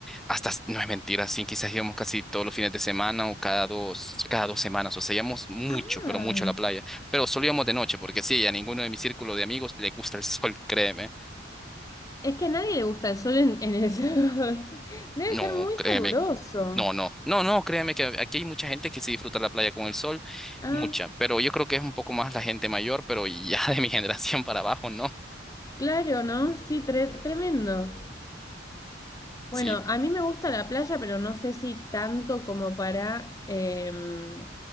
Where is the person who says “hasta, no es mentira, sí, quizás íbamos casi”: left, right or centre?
Centre